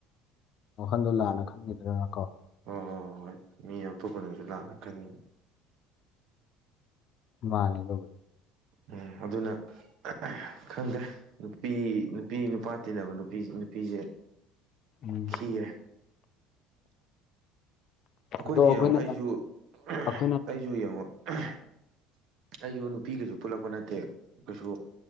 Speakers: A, on the left; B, on the right.
A: ꯋꯥꯈꯟꯗꯣ ꯂꯥꯟꯅ ꯈꯟꯒꯤꯗ꯭ꯔꯥꯅꯀꯣ꯫
B: ꯍꯣ-ꯍꯣ-ꯍꯣꯏ ꯃꯤ ꯑꯇꯣꯞꯄꯅꯖꯨ ꯂꯥꯟꯅ ꯈꯟꯒꯤ
A: ꯃꯥꯅꯦ ꯑꯗꯨꯕꯨ
B: ꯎꯝ ꯑꯗꯨꯅ <unintelligible> ꯈꯪꯗꯦ ꯅꯨꯄꯤ ꯅꯨ ꯄꯤ ꯅꯨꯄꯥ ꯇꯤꯟꯅꯕ ꯅꯨꯄꯤ ꯅꯨꯄꯤꯖꯦ
A: ꯎꯝ
B: ꯈꯤꯔꯦ꯫ ꯑꯈꯣꯏꯗꯤ
A: ꯑꯗꯣ ꯑꯩꯈꯣꯏꯅ
B: ꯌꯦꯡꯉꯣ ꯑꯩꯖꯨ <unintelligible>
A: ꯑꯩꯈꯣꯏꯅ
B: ꯑꯩꯖꯨ ꯌꯦꯡꯉꯣ <unintelligible> ꯑꯩꯖꯨ ꯅꯨꯄꯤ ꯒꯩꯁꯨ ꯄꯨꯜꯂꯛꯄ ꯅꯠꯇꯦ ꯀꯩꯁꯨ